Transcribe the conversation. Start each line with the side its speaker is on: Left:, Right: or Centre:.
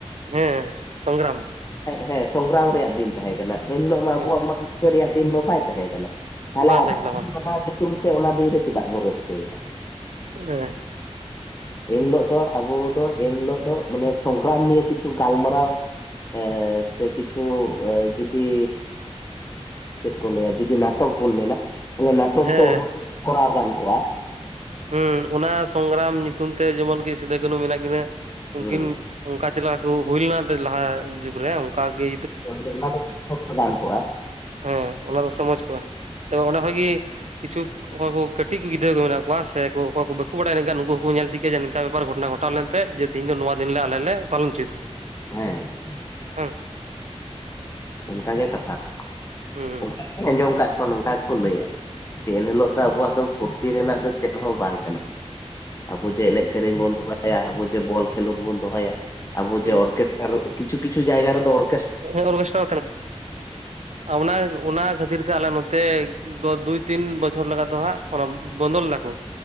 Right: ᱦᱮᱸ ᱥᱚᱝᱜᱨᱟᱢ
Left: ᱦᱮᱸ ᱥᱚᱝᱜᱨᱟᱢ ᱨᱮᱭᱟᱜ ᱫᱤᱱ ᱛᱟᱦᱮᱸᱠᱟᱱᱟ ᱮᱱᱦᱤᱞᱳᱜ ᱢᱟ
Right: ᱦᱮᱸ
Left: ᱟᱵᱚᱣᱟᱜ ᱢᱟ ᱨᱟᱹᱥᱠᱟᱹ ᱨᱮᱭᱟᱜ ᱫᱤᱱ ᱫᱚ ᱵᱟᱭ ᱛᱟᱦᱮᱸ ᱠᱟᱱᱟ ᱛᱟᱦᱞᱮ
Right: ᱵᱟᱝ
Left: ᱟᱵᱚ
Right: ᱛᱟᱦᱮᱸ ᱠᱟᱱᱟ ᱵᱟᱝ ᱛᱟᱦᱮᱸ
Left: ᱚᱱᱟ ᱧᱩᱛᱩᱢ ᱛᱮ ᱚᱱᱟ ᱫᱤᱱ ᱨᱮ ᱪᱮᱫᱟᱜ ᱵᱚ ᱨᱟᱹᱥᱠᱟᱹᱭᱮᱫᱟ
Right: ᱦᱮᱸ
Left: ᱮᱱᱦᱤᱞᱳᱜ ᱫᱚ ᱟᱵᱚ ᱫᱚ ᱮᱱᱦᱤᱞᱳᱜ ᱫᱚ ᱢᱟᱱᱮ ᱥᱚᱝᱜᱨᱟᱢ ᱱᱤᱭᱮ ᱠᱤᱪᱷᱩ ᱜᱟᱞᱢᱟᱨᱟᱣ ᱮᱸᱻ ᱥᱮ ᱠᱤᱪᱷᱩ ᱡᱩᱫᱤ ᱪᱮᱫ ᱠᱚ ᱞᱟᱹᱭᱟ ᱡᱩᱫᱤ ᱱᱟᱴᱚᱠ ᱵᱚᱱ ᱢᱮᱱᱟ ᱛᱟᱦᱞᱮ ᱱᱟᱴᱚᱠ
Right: ᱦᱮᱸ
Left: ᱫᱚ ᱠᱚᱨᱟᱣ ᱜᱟᱱ ᱠᱚᱜᱼᱟ
Right: ᱦᱩᱸ ᱚᱱᱟ ᱥᱚᱝᱜᱨᱟᱢ ᱧᱩᱛᱩᱢ ᱛᱮ ᱡᱮᱢᱚᱱᱠᱤ ᱥᱤᱫᱩ ᱠᱟᱹᱱᱩ ᱢᱮᱱᱟᱜ ᱠᱤᱱᱟᱹ ᱩᱱᱠᱤᱱ
Left: ᱦᱩᱸ
Right: ᱚᱱᱠᱟ ᱪᱮᱞᱟ ᱦᱩᱭ ᱞᱮᱱᱟ ᱮᱱᱛᱮᱫ ᱞᱟᱦᱟ ᱡᱩᱜᱽ ᱨᱮ ᱚᱝᱠᱟᱜᱮ
Left: ᱚᱱᱟ ᱫᱚ <unintelligible> ᱜᱟᱱ ᱠᱚᱜᱼᱟ
Right: ᱦᱮᱸ ᱚᱱᱟ ᱠᱚ ᱥᱮ ᱢᱚᱡᱽ ᱠᱚᱜᱼᱟ ᱛᱚᱵᱮ ᱚᱱᱟ ᱠᱚᱜᱮ ᱠᱤᱪᱷᱩ ᱚᱠᱚᱭ ᱠᱚ ᱠᱟᱹᱴᱤᱡ ᱠᱚ ᱜᱤᱫᱽᱨᱟᱹ ᱠᱚ ᱢᱮᱱᱟᱜ ᱠᱚᱣᱟ ᱚᱠᱟ ᱥᱮ ᱠᱚ ᱚᱠᱚᱭ ᱠᱚ ᱵᱟᱠᱚ ᱵᱟᱲᱟᱭ ᱤᱱᱟᱹᱠᱷᱟᱱ ᱩᱱᱠᱩ ᱦᱚᱸᱠᱚ ᱧᱮᱞ ᱪᱮᱫ ᱠᱚᱣᱟ ᱴᱷᱤᱠ ᱜᱮᱭᱟ ᱱᱤᱝᱠᱟ ᱵᱮᱯᱟᱨ ᱜᱷᱚᱴᱚᱱᱟ ᱜᱷᱚᱴᱟᱣ ᱞᱮᱱ ᱡᱮ ᱛᱮᱦᱮᱧ ᱱᱚᱣᱟ ᱫᱤᱱ ᱞᱮ ᱟᱞᱮ ᱞᱮ ᱯᱟᱞᱚᱱ ᱦᱚᱪᱚᱭᱮᱫᱟ
Left: ᱦᱮᱸ
Right: ᱦᱮᱸ
Left: ᱚᱱᱠᱟᱜᱮ ᱠᱟᱛᱷᱟ ᱫᱚ
Right: ᱦᱩᱸ
Left: ᱚᱱᱠᱟ ᱟᱸᱡᱚᱢ ᱠᱟᱜ ᱠᱚᱣᱟ ᱱᱚᱝᱠᱟ ᱜᱮᱠᱚ ᱞᱟᱹᱭᱟ ᱮᱱ ᱦᱤᱞᱳᱜ ᱫᱚ ᱟᱵᱚᱣᱟᱜ ᱫᱚ ᱯᱷᱩᱨᱛᱤ ᱨᱮᱱᱟᱜ ᱫᱚ ᱪᱮᱫ ᱦᱚᱸ ᱵᱟᱝ ᱠᱟᱱᱟ ᱟᱵᱚ ᱡᱮ ᱮᱱᱮᱡ ᱥᱮᱨᱮᱧ ᱵᱚᱱ ᱫᱚᱦᱚᱭᱟ ᱟᱵᱚ ᱡᱮ ᱵᱚᱞ ᱠᱷᱮᱞᱳᱰ ᱵᱚᱱ ᱫᱚᱦᱚᱭᱟ ᱟᱵᱚ
Right: ᱦᱩᱸ
Left: ᱡᱮ ᱠᱮᱯᱪᱟᱨᱚᱜ ᱠᱤᱪᱷᱩ ᱠᱤᱪᱷᱩ ᱡᱟᱭᱜᱟ ᱨᱮᱫᱚ ᱚᱨ
Right: <unintelligible> <unintelligible> ᱚᱱᱟ ᱚᱱᱟ ᱠᱷᱟᱹᱛᱤᱨ ᱛᱮ ᱟᱞᱮ ᱱᱚᱛᱮ ᱫᱩ ᱫᱩᱭ ᱛᱤᱱ ᱵᱚᱪᱷᱚᱨ ᱵᱚᱪᱷᱚᱨ ᱞᱟᱜᱟ ᱫᱚ ᱦᱟᱸᱜ ᱚᱱᱟ ᱵᱚᱱᱚᱫᱚ ᱞᱮᱱᱟᱠᱚ